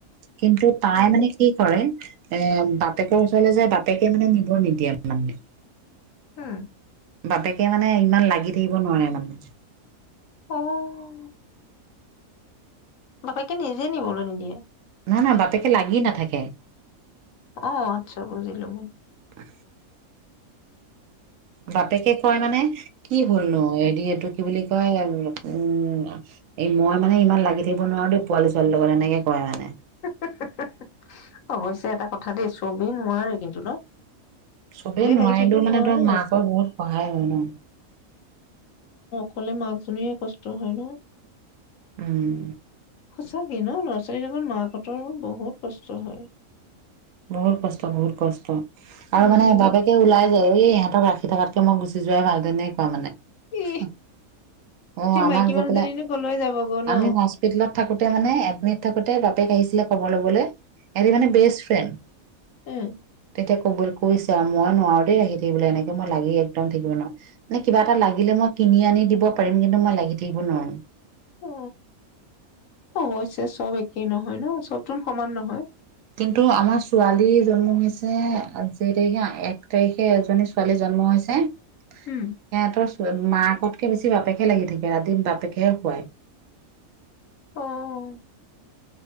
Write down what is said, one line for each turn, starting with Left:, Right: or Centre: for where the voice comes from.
Right: কিন্তু তাই
Left: উম,
Right: মানে কি কৰে এ বাপেকৰ ওচৰলৈ যায়, বাপেকে মানে নিব নিদিয়ে মানে।
Left: উম।
Right: বাপেকে মানে ইমান লাগি থাকিব নোৱাৰে মানে।
Left: অ'। বাপেকে নিজে নিবলৈ নিদিয়ে।
Right: না না, বাপেকে লাগিয়ে নাথাকে।
Left: অহ, আচ্ছা বুজিলো মই।
Right: উম। বাপেকে কয় মানে, কি হ'ল নো? হেদি এইটো কি বুলি কয় এ উম, আ, এই মই মানে ইমান লাগি থাকিব নোৱাৰো দেই পোৱালি-ছোৱালী লগত, এনেকে কয় মানে।
Left: হেহ, হেহ, হেহ, হেহ, হেহ, অৱশ্যে এটা কথা দেই, চবে নোৱাৰে কিন্তু ন?
Right: চবেই নোৱাৰিলেওঁ
Left: লাগি থাকিব
Right: মানে
Left: নোৱাৰে
Right: ধৰক, মাকৰ
Left: আকৌ
Right: বহুত সহায় হয় ন।
Left: কলে মাকজনীৰে কষ্ট হয় ন।
Right: উম।
Left: সঁচাকে ন? ল'ৰা-ছোৱালী লগত মাক হতৰো বহুত কষ্ট হয়।
Right: বহুত কষ্ট, বহুত কষ্ট। আৰু
Left: উম
Right: মানে বাপেকে ওলাই যায়, এই ইহঁতক ৰাখ ৰখী থকাতকে মই গুচি যোৱাই ভাল, তেনেকুৱা মানে।
Left: এ
Right: হি। অহ,
Left: এতিয়া
Right: আমাক
Left: মাইকী
Right: গৈ
Left: মানুহজনীনো
Right: পেলাই,
Left: কলৈ যাবগৈ ন
Right: আমি হস্পিতলত থাকোতে মানে এডমিট থাকোত তে বাপেক আহিছিলে খবৰ লবলৈ। এহতি মানে বেষ্ট ফ্ৰেণ্ড।
Left: উম।
Right: তেতিয়া ক'বল কৈছে আৰু, মই নোৱাৰোঁ দেই আহি থাকিবলে এনেকে, মই লাগি একদম থাকিব নোৱাৰোঁ। মানে কিবা এটা লাগিলে মই কিনি আনি দিব পাৰিম। কিন্তু মই লাগি থাকিব নোৱাৰো।
Left: অ', অৱশ্যে চব একেই নহয় ন, চব তুন সমান নহয়।
Right: কিন্তু আমাৰ ছোৱালী জন্ম হৈছে, অ যেই তাৰিখে, এক তাৰিখে এজনী ছোৱালী জন্ম হৈছে। সিহঁতৰ
Left: উম
Right: চ টৱে, মাকতকে বেছি বাপেকহে লাগি থাকে, ৰাতি বাপেকহে খুৱায়।
Left: অ '।